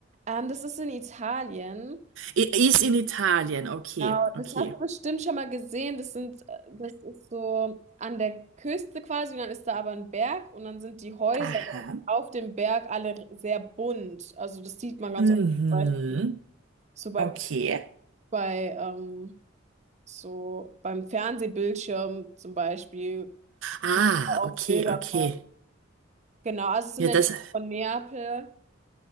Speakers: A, on the right; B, on the right.
A: ähm, das ist in Italien.
B: I ist in Italien, okay,
A: Genau,
B: okay.
A: das hast du bestimmt schon mal gesehen. Das sind, äh, das ist so an der Küste quasi und dann ist da aber ein Berg und dann sind die Häuser
B: Aha.
A: auf dem Berg alle sehr bunt. Also das sieht man ganz
B: Mhm.
A: oft zum Beispiel so bei,
B: Okay.
A: bei ähm, so beim Fernsehbildschirm zum Beispiel
B: Ah,
A: gibt da auch
B: okay,
A: Bilder
B: okay.
A: von. Genau, also es sind
B: Ja,
A: entweder
B: das,
A: von Neapel.